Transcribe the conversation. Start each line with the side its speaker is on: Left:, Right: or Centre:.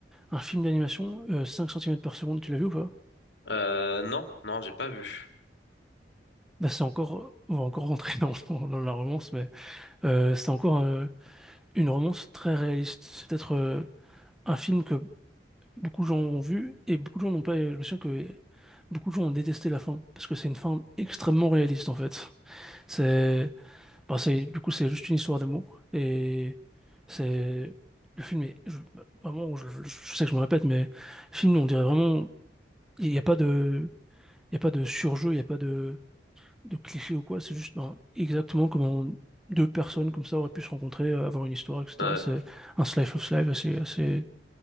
Centre: Un film d'animation, euh, 5 cm par seconde, tu l'as vu ou pas?
Left: Euh, non, non, j'ai pas vu.
Centre: Bah, c'est encore, on va encore rentrer dans, <laughs> dans- dans la romance, mais euh, c'est encore euh, une romance très réaliste. C'est peut-être euh, un film que beaucoup de gens ont vu et beaucoup de gens n'ont pas. Je me souviens que beaucoup de gens ont détesté la fin parce que c'est une fin extrêmement réaliste en fait. C'est, bah, c'est, du coup, c'est juste une histoire d'amour et c'est le film est je- vraiment. Je, je- je sais que je me répète, mais le film, on dirait vraiment, il n'y a pas de, il y a pas de surjeu, il n'y a pas de de clichés ou quoi, c'est juste ben, exactement comment deux personnes comme ça auraient pu se rencontrer, euh, avoir une histoire, etc.
Left: Ouais.
Centre: C'est un slice of life assez, assez,